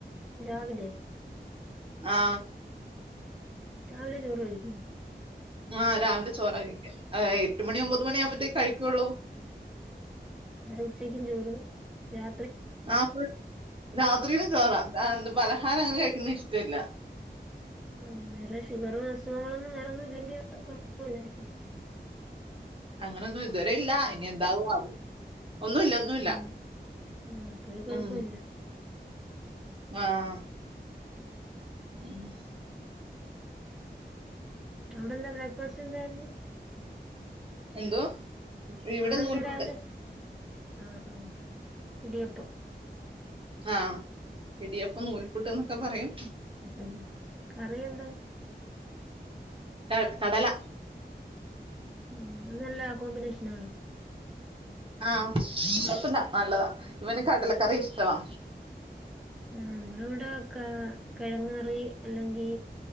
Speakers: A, in the centre; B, on the right.
A: രാവിലെ
B: ആ
A: രാവിലെ ചോറ് കഴിക്കും
B: ആഹ് രാവിലെ ചോറാ കഴിക്കാ എട്ട് മണി ഒമ്പത് മണി ആവുമ്പോത്തേക്ക് കഴിക്കുള്ളൂ
A: അന്നേരം ഉച്ചക്കും ചോറ് രാ
B: ആപ്പിൾ രാത്രിയിലും ചോറാ ആ എന്ത് പലഹാരം അങ്ങനെ കഴിക്കുന്ന ഇഷ്ടമില്ല
A: ആ വേറെ ഷുഗറും അസുഖങ്ങളൊന്നും വേറെ ഒന്നും ഇല്ലെങ്കിൽ കൊഴപ്പില്ല
B: അങ്ങനെയൊന്നും ഇതുവരെ ഇല്ല ഇനി എന്താവും ആവോ ഒന്നുമില്ല ഒന്നുമില്ല
A: ഉം ആഹ് അപ്പഴ് കൊഴപ്പമില്ല
B: ഉം ആഹ് <inaudible>
A: എവിടെ എന്താ ബ്രേക്ക്ഫാസ്റ്റ് എന്തായിരുന്നു?
B: എന്തുവാ ഇവിടെ
A: അവിടെ
B: നൂൽപുട്ട്
A: എന്താ രാവിലെ ആഹ് ആ ഇടിയപ്പം
B: ആഹ് ഇടിയപ്പം നൂൽ പുട്ട് എന്നൊക്കെ പറയും.
A: ഉം. കറി എന്താ?
B: ക കടല
A: ഉം അത് നല്ല കോമ്പിനേഷൻ. ഷനാണ്.
B: ആഹ് കുഴപ്പില്ല നല്ലതാ ഇവന് കടലക്കറി ഇഷ്ടവാ.
A: ആഹ് നമ്മള് ഇവിടെ കിഴങ്ങ് കറി അല്ലെങ്കി